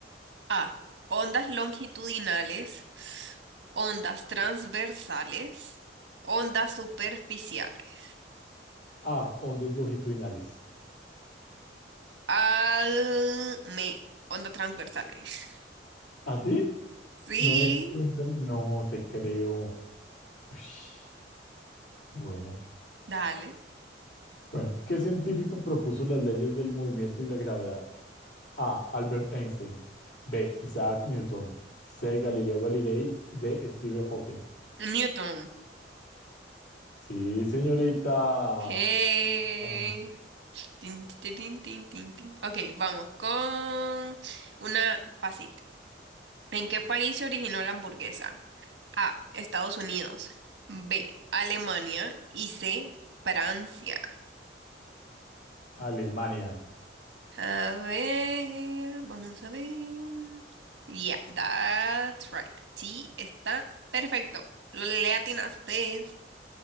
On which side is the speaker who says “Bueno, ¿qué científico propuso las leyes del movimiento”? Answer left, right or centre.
Left